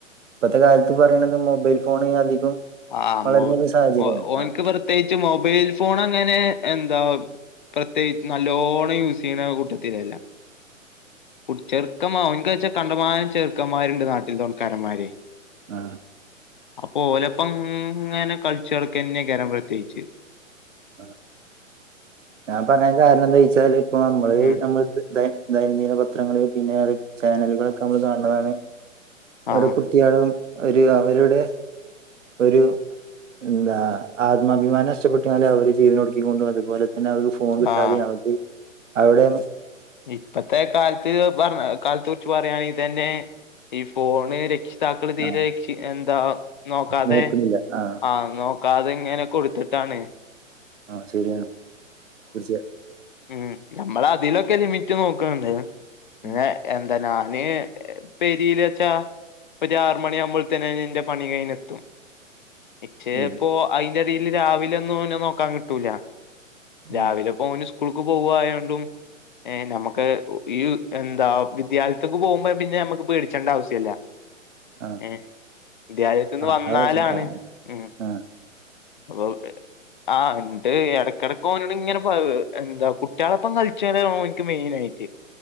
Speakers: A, on the right; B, on the left.
A: ഇപ്പത്തെ കാലത്ത് പറീണത് മൊബൈൽ ഫോണ് അധികം
B: ആഹ്
A: വളരുന്ന
B: മൊ
A: ഒരു സാഹചര്യമാണ്
B: ഒ ഓന്ക്ക്
A: ആഹ്
B: പ്രത്യേകിച്ച് മൊബൈൽ ഫോണ് ങ്ങെനെ എന്താ പ്രത്യേകി നല്ലോണം യൂസെയ്യ്ണ കൂട്ടത്തിലല്ലാ കുട്ട് ചെർക്കമാ ഓന്ക്ക്ന്നെച്ചാ കണ്ടമാനം ചെർക്കന്മാര്ണ്ട് നാട്ടിൽ തൊൺക്കാരമ്മാരേ
A: ആഹ്
B: അപ്പൊ ഓലപ്പങ്ങനെ കൾച്ചട്ക്കെന്നെയ്ക്കാരം പ്രത്യേക്ച്ച്
A: ആഹ് ഞാൻ പറയാൻ കാരണം എന്താച്ചാല് ഇപ്പ നമ്മള്
B: ഉം
A: നമ്മള് ദൈനംദിന പത്രങ്ങള് പിന്നെ അത് ചാനെലുകളൊക്കെ അനമ്മള് കാണ്‌ണതാണ്
B: ആഹ്
A: ഒരു <unintelligible> ഒര് അവരുടെ ഒരു എന്താ ആത്മാഭിമാനം ഒരു ന്താ ആത്മാഭിമാനഷ്ടപ്പെട്ടാല് അവര് ജീവനൊടുക്കിക്കൊണ്ടും അതുപോലെ പിന്ന <unintelligible> കിട്ടാതെ
B: ആഹ്
A: <unintelligible> അവിടെന്ന്
B: ഇപ്പത്തെ കാലത്ത് പർഞ്ഞാ കാൽത്തെ കുർച്ച് പർയാണെ തന്നേ ഈ ഫോണ് രക്ഷി താക്കള് തീരെ
A: ആ
B: ക്ഷി എന്താ നോക്കാതെ
A: നോക്കണില്ല ആ
B: ആഹ് നോ അത്ങ്ങെനെ കൊട്ത്ത്ട്ടാണ്
A: ആഹ് ശെരിയാണ് തീർച്ചയ
B: ഉം ഞമ്മളതീന്നൊക്കെ ലിമിറ്റ് നോക്ക്ണ്‌ണ്ട് പിന്നെ
A: ഉം
B: എ തെനാന് പെരീല് വെച്ചാ ഒരു ആറ് മണിയ ആകുമ്പോഴത്തന്നെ എന്റെ പണി കഴിഞ് എത്തും ഇച്ചേപ്പോ
A: ഉം
B: അതിറെടിൽ രാവിലെ ഒന്നും ഓനെ നോക്കാൻ കിട്ടൂല രാവിലെ
A: ഉം
B: ഇപ്പോന് സ്കൂൾക്ക് പോവായോണ്ടും ഏഹ് നമുക്ക് ഉ ഈയ്എന്താ വിദ്യാൽത്ത്ക്ക് പോവുമ്പൊപിന്നെ ഞമ്മക്ക് പേടിച്ചണ്ട ആവശ്യല്ല
A: ആ
B: ഏഹ് വിദ്യാലയത്തന്ന്
A: ആ
B: വന്നാലാണ്
A: അത് മനസ്സിലായി
B: ഉം
A: ആ
B: അപ്പൊ ഹെ ആഹ് <unintelligible> എന്ന് എടക്കടക് ഓനോട്‌ങ്ങനെ പാ എന്താ കുട്ടയാളാപ്പം കളിച്ചആണന്നു ഓന്ക്ക് മെയിൻ ആയിട്ട്